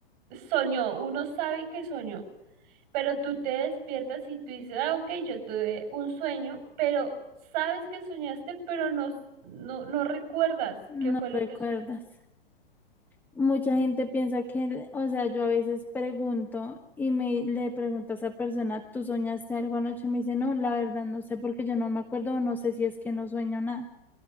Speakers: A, on the right (about 45°); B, in the centre.
A: soñó, uno sabe que soñó. pero tú te despiertas y tú dices, ah, ok, yo tuve un sueño, pero sabes que soñaste, pero no, no, no recuerdas
B: no
A: qué fue lo
B: recuerdas.
A: que soñaste.
B: Mucha gente piensa que, o sea, yo a veces pregunto y me le pregunto a esa persona, ¿tú soñaste algo anoche? Y me dice, no, la verdad no sé porque yo no me acuerdo, o no sé si es que no sueño nada.